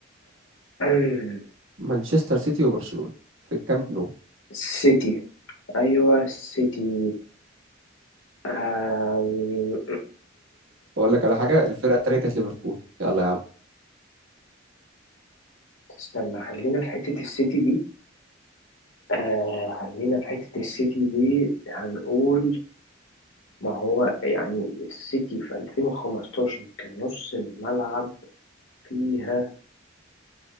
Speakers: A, on the left; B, on the right.
A: آه، <clears throat>
B: مانشستر سيتي وبرشلونة في الكامب نو
A: سيتي ايوه سيتي آه،
B: اقول لك على حاجة الفرقة التانية كانت ليفربول يلا يا عم
A: استنى خلينا في حتة السيتي دي آه خلينا في حتة السيتي دي هنقول ما هو يعني السيتي في 2015 كان نص الملعب فيها